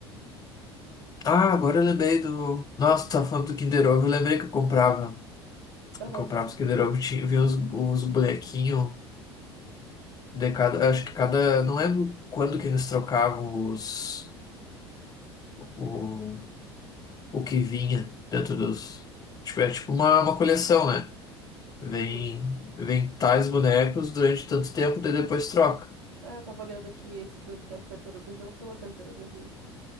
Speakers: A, on the right (about 75°); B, on the left (about 30°).
A: Outros
B: Ah, agora
A: desses.
B: eu lembrei do. Nossa, tá falando do Kinder Ovo. Eu lembrei que eu comprava.
A: Aham.
B: Eu comprava os Kinder Ovo, tinha, vinha uns, uns bonequinhos de cada. Acho que cada. Não lembro quando que eles trocavam os. o, o que vinha dentro dos. Tipo, é tipo uma, uma coleção, né? Vem,
A: Uhum,
B: vem tais bonecos durante tanto tempo, daí depois troca.
A: sim. É, eu tava olhando aqui esse da- das tartarugas, não são as tartarugas ninja.